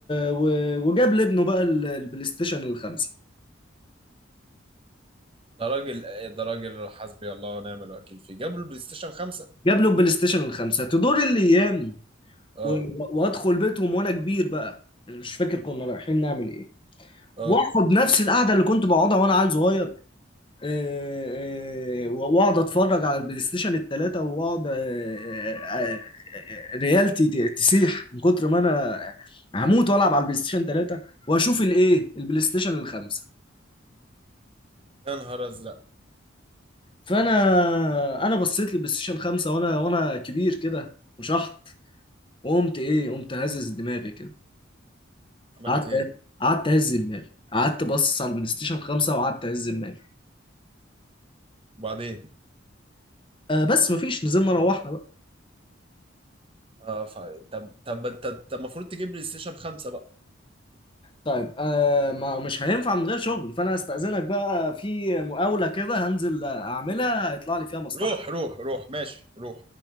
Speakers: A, on the left (about 25°); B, on the right (about 30°).
A: و... وجاب لابنه بقى ال- البلاي ستيشن الخمسة
B: ده راجل ده راجل حسبي الله ونعم الوكيل فيه جاب له البلاي ستيشن 5
A: جاب له البلاي ستيشن الخمسة تدور الايام
B: اه
A: و... وادخل بيتهم وانا كبير بقى مش فاكر كنا رايحين نعمل ايه
B: اه
A: واخد نفس القعدة اللي كنت بقعدها وانا عيل صغير آه، آه، واقعد اتفرج على البلاي ستيشن الثلاثه واقعد آه، آه، آه، آه، ريالتي ت- تسيح من كتر ما انا هموت والعب على البلاي ستيشن 3 واشوف الايه البلاي ستيشن الخمسه
B: يا نهار ازرق
A: فانا انا بصيت للبلاي ستيشن 5 وانا وانا كبير كده وشحط وقمت ايه قمت هزز دماغي كده
B: عملت
A: قعدت
B: ايه
A: قعدت اهز دماغي قعدت بص على البلاي ستيشن 5 وقعدت اهز دماغي
B: وبعدين
A: آه بس مفيش نزلنا روحنا بقى.
B: اه ف... طب طب انت طب المفروض تجيب بلاي ستيشن 5 بقى
A: طيب آه ما مش هينفع من غير شغل فانا هستأذنك بقى في مقاولة كده هنزل اعملها هيطلع لي فيها مصلحة
B: روح روح روح ماشي روح